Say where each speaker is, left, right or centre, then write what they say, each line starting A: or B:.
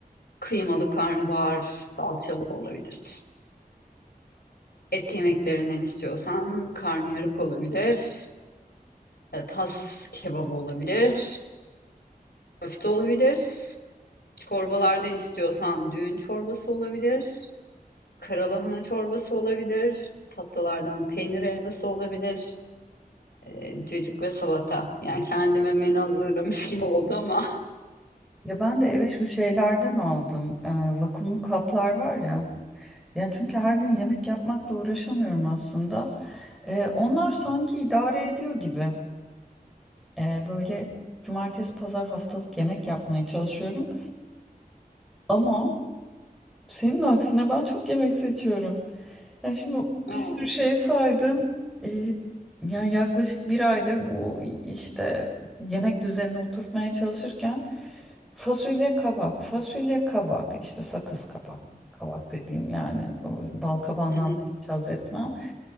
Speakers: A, on the left; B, in the centre.
A: Kıymalı karnabahar salçalı olabilir. Et yemeklerinden istiyorsan karnıyarık olabilir. E, Tas kebabı olabilir. Köfte olabilir. Çorbalardan istiyorsan düğün çorbası olabilir. Karalahana çorbası olabilir. Tatlılardan peynir helvası olabilir. E, cacık ve salata. Yani kendime menü hazırlamış gibi oldu ama.
B: Ya ben de eve şu şeylerden aldım. Ee, vakumlu kaplar var ya. Yani çünkü her gün yemek yapmakla uğraşamıyorum aslında. Ee, onlar sanki idare ediyor gibi. Ee, böyle cumartesi pazar haftalık yemek yapmaya çalışıyorum. Ama senin aksine ben çok yemek seçiyorum. Ya şimdi
A: <laughs>
B: bir sürü şey saydın. Ee, yani yaklaşık bir aydır bu işte yemek düzenini oturtmaya çalışırken fasulye kabak, fasulye kabak, işte sakız kabak, kabak dediğim yani o bal kabağından
A: Hı hı.
B: da hiç haz etmem.